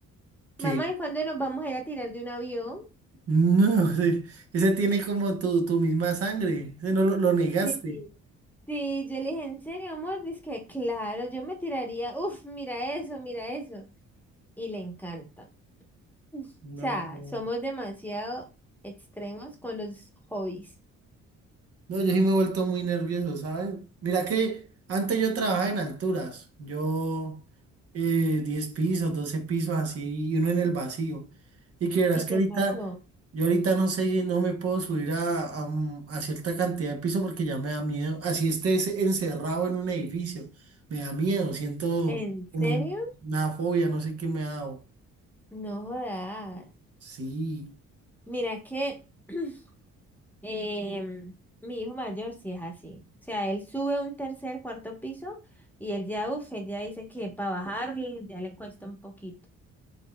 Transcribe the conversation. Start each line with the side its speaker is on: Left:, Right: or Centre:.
Right: que
Centre: Mamá, ¿y cuándo nos vamos a ir a tirar de un avión?
Right: no, ese, ese tiene como tu, tu misma sangre. Ese no lo, lo negaste.
Centre: Sí. Sí, yo le dije, ¿en serio, amor? Dice que claro, yo me tiraría, uff, mira eso, mira eso. Y le encanta. O
Right: No.
Centre: sea, somos demasiado extremos con los hobbies.
Right: No, yo sí me he vuelto muy nervioso, ¿sabes? Mira que antes yo trabajaba en alturas, yo eh, 10 pisos, 12 pisos así, y uno en el vacío. Y que verás
Centre: ¿Y
Right: que
Centre: qué
Right: ahorita,
Centre: pasó?
Right: yo ahorita no sé, no me puedo subir a, a un- a cierta cantidad de pisos porque ya me da miedo. Así estés encerrado en un edificio, me da miedo, siento
Centre: ¿En
Right: como
Centre: serio?
Right: una fobia, no sé qué me ha dado.
Centre: No jodas.
Right: Sí,
Centre: Mira que <clears throat> em, mi hijo mayor sí es así. O sea, él sube un tercer, cuarto piso y él ya, uff, él ya dice que para bajarle ya le cuesta un poquito.